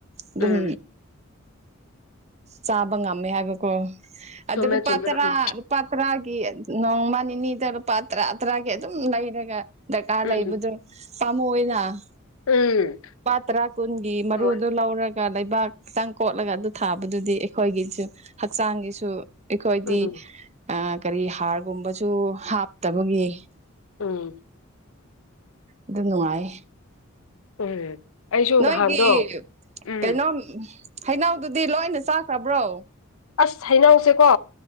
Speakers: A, on the right; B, on the left.
A: ꯑꯗꯨꯝ
B: ꯎꯝ
A: ꯆꯥꯕ ꯉꯝꯃꯦ ꯍꯥꯏꯕꯀꯣ ꯑꯗꯨ
B: ꯆꯨꯝꯃꯦ
A: ꯂꯨꯄꯥ
B: ꯆꯨꯝꯃꯦ
A: ꯇꯔꯥ
B: ꯎꯝ
A: ꯂꯨꯄꯥ ꯇꯔꯥ ꯅꯣꯡꯃ ꯅꯤꯅꯤꯗ ꯂꯨꯄꯥ ꯇꯔꯥ ꯇꯔꯥꯒꯤ ꯑꯗꯨꯝ ꯂꯩꯔꯒ ꯗꯔꯀꯥꯔ
B: ꯎꯝ
A: ꯂꯩꯕꯗꯨ ꯄꯥꯃꯨꯅꯄꯥ
B: ꯎꯝ
A: ꯇꯔꯥ ꯀꯨꯟꯒꯤ ꯃꯔꯨꯗꯨꯣ
B: ꯊꯝꯃꯣꯏ
A: ꯂꯧꯔꯒ ꯂꯩꯕꯥꯛ ꯈꯤꯇꯪ ꯀꯣꯠꯂꯒ ꯑꯗꯨ ꯊꯥꯕꯗꯨꯗꯤ ꯑꯩꯈꯣꯏꯒꯤꯁꯨ ꯍꯛꯆꯥꯡꯒꯤꯁꯨ ꯑꯩꯈꯣꯏꯗꯤ
B: ꯎꯝ
A: ꯑ ꯀꯔꯤ ꯍꯥꯔꯒꯨꯝꯕꯁꯨ ꯍꯥꯞꯇꯕꯒꯤ
B: ꯎꯝ
A: ꯑꯗꯨ ꯅꯨꯡꯉꯥꯏ
B: ꯎꯝ ꯑꯩꯁꯨ
A: ꯅꯣꯏꯒꯤ
B: ꯅꯍꯥꯟꯗꯣ ꯎꯝ
A: ꯀꯩꯅꯣ ꯍꯩꯅꯎꯗꯨꯗꯤ ꯂꯣꯏꯅ ꯆꯥꯈ꯭ꯔꯕ꯭ꯔꯣ
B: ꯑꯁ ꯍꯩꯅꯧꯁꯦꯀꯣ